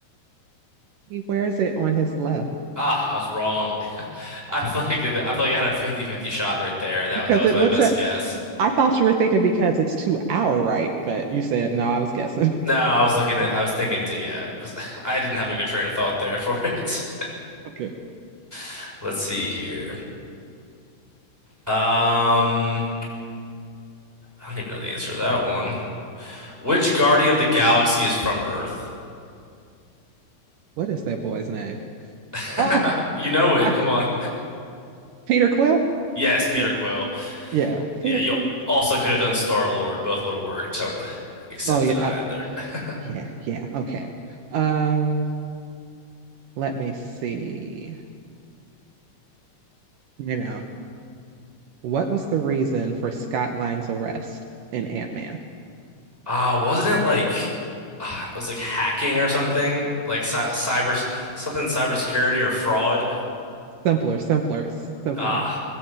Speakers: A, on the right; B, in the centre.
A: He wears it on his left
B: Ah, I was wrong. <laughs> I feel like that- I feel like I had a fifty-fifty shot right there. That
A: because
B: that was
A: it
B: my
A: looks
B: best
A: at.
B: guess.
A: I thought you were thinking because it's to our right, but you said no. I was guessing.
B: No,
A: <laughs>
B: I was looking at I was thinking to yeah, it was <laughs> I didn't have a good train of thought there for it.
A: Okay.
B: <laughs> Let's see here. Um, I don't even know the answer to that one. Which Guardian of the Galaxy is from Earth?
A: What is that boy's name?
B: <laughs>
A: Oh,
B: You know it.
A: <laughs>
B: Come on.
A: Peter Quill.
B: Yes, Peter
A: Peter.
B: Quill.
A: Yeah,
B: Yeah,
A: Peter
B: you
A: Quill.
B: also could have done Star Lord. Both would have worked. I would have accepted
A: Oh yeah.
B: either.
A: Oh,
B: <laughs>
A: yeah. Yeah. Okay. Um. Let me see. You know what was the reason for Scott Lang's arrest in Ant Man?
B: Uh, wasn't it like <sighs> uh, it was like hacking or something? Like cy cyber something cybersecurity or fraud?
A: Simpler, simpler, simpler.
B: Uh,